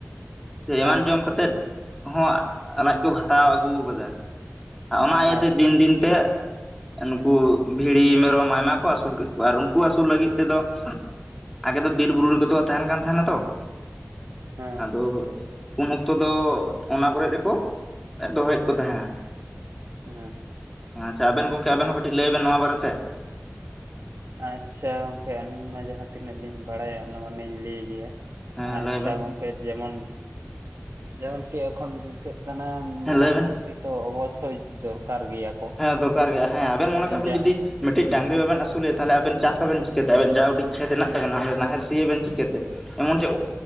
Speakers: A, in the centre; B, on the right (about 85°).
A: ᱥᱮ ᱮᱢᱟᱱ
B: ᱦᱮᱸ
A: ᱡᱚᱢ ᱠᱟᱛᱮᱫ ᱦᱚᱸ ᱞᱟᱡ ᱠᱚ ᱵᱷᱟᱛᱟᱣ ᱟᱹᱜᱩ ᱟᱠᱟᱫᱟ ᱟᱨ ᱚᱱᱟ ᱤᱭᱟᱹ
B: ᱦᱮᱸ
A: ᱛᱮ ᱫᱤᱱ ᱫᱤᱱ ᱛᱮ ᱱᱩᱠᱩ ᱵᱷᱤᱲᱤ ᱢᱮᱨᱚᱢ ᱟᱭᱢᱟ ᱠᱚ ᱟᱹᱥᱩᱞ ᱠᱮᱫ ᱠᱚᱣᱟ ᱟᱨ ᱩᱱᱠᱩ ᱟᱹᱥᱩᱞ ᱞᱟᱹᱜᱤᱫ ᱛᱮᱫᱚ ᱟᱜᱮ ᱫᱚ ᱵᱤᱨ ᱵᱩᱨᱩ ᱨᱮᱛᱚ ᱠᱚ ᱛᱟᱦᱮᱱ ᱠᱟᱱ ᱛᱟᱦᱮᱱᱟ ᱛᱚ
B: ᱦᱮᱸ
A: ᱟᱫᱚ ᱩᱱ ᱚᱠᱛᱚ ᱫᱚ ᱚᱱᱟ ᱠᱚᱨᱮᱜ ᱨᱮᱠᱚ ᱫᱚᱦᱚᱭᱮᱫ ᱠᱚ ᱛᱟᱦᱮᱸᱱᱟ
B: ᱦᱮᱸ
A: ᱟᱪᱪᱷᱟ ᱟᱵᱮᱱ ᱜᱚᱝᱠᱮ ᱟᱵᱮᱱ ᱦᱚᱸ ᱠᱟᱹᱴᱤᱡ ᱞᱟᱹᱭ ᱵᱮᱱ ᱱᱚᱣᱟ ᱵᱟᱨᱮᱛᱮ
B: ᱟᱪᱪᱷᱟ ᱜᱚᱝᱠᱮ ᱟᱹᱞᱤᱧ ᱢᱟ ᱡᱟᱦᱟᱸ ᱛᱤᱱᱟᱹᱜ ᱞᱤᱧ ᱵᱟᱲᱟᱭᱟ ᱚᱱᱟ ᱢᱟᱞᱤᱧ ᱞᱟᱹᱭ ᱜᱮᱭᱟ
A: ᱦᱮᱸ
B: ᱟᱪᱪᱷᱟ
A: ᱞᱟᱹᱭ ᱵᱮᱱ
B: ᱜᱚᱝᱠᱮ ᱛᱚ ᱡᱮᱢᱚᱱ ᱡᱮᱢᱚᱱ ᱠᱤ ᱮᱠᱷᱚᱱ ᱫᱤᱥᱟᱹᱜ ᱠᱟᱱᱟ
A: ᱦᱮᱸ
B: ᱢᱮᱨᱚᱢ
A: ᱞᱟᱹᱭ ᱵᱮᱱ
B: ᱰᱟᱹᱝᱨᱤ ᱛᱚ ᱚᱵᱚᱥᱥᱳᱭ ᱫᱚᱨᱠᱟᱨ ᱜᱮᱭᱟ ᱠᱚ
A: ᱦᱮᱸ ᱫᱚᱨᱠᱟᱨ ᱜᱮ ᱦᱮᱸ ᱟᱵᱮᱱ ᱢᱚᱱᱮ ᱠᱟᱜ ᱵᱮᱱ
B: ᱡᱟᱦᱟᱸ
A: ᱡᱩᱫᱤ ᱢᱤᱫᱴᱤᱡ ᱰᱟᱝᱨᱤ ᱵᱟᱵᱮᱱ ᱟᱹᱥᱩᱞ ᱮᱭᱟ ᱛᱟᱦᱞᱮ ᱟᱵᱮᱱ ᱪᱟᱥ ᱟᱵᱮᱱ ᱪᱤᱠᱟᱹᱛᱮ ᱟᱵᱮᱱ ᱡᱟ ᱩᱰᱤᱡ ᱠᱷᱮᱛ ᱦᱮᱸᱱᱟᱜ ᱛᱟᱵᱮᱱᱟ ᱱᱟᱦᱮᱞ ᱥᱤᱭᱟᱵᱮᱱ ᱪᱤᱠᱟᱹᱛᱮ ᱮᱢᱚᱱ ᱪᱮᱫ